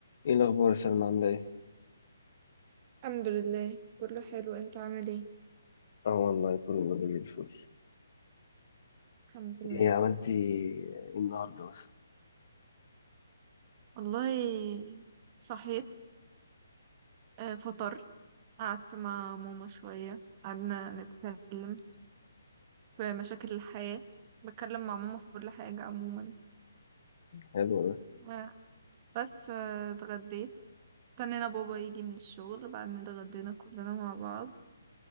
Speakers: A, on the left; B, on the right.
A: ايه الاخبار يا سلمى عامله ايه
B: الحمد لله كله حلو انت عامل ايه
A: اه والله كله زي الفل
B: الحمد لله
A: ايه عملتي ايه النهارده مثلا
B: والله صحيت آه، فطرت قعدت مع ماما شوية قعدنا نتكلم في مشاكل الحياة بتكلم مع ماما في كل حاجة عموما
A: حلو ده
B: آه، بس آه، اتغديت استنينا بابا يجي من الشغل بعدين اتغدينا كلنا مع بعض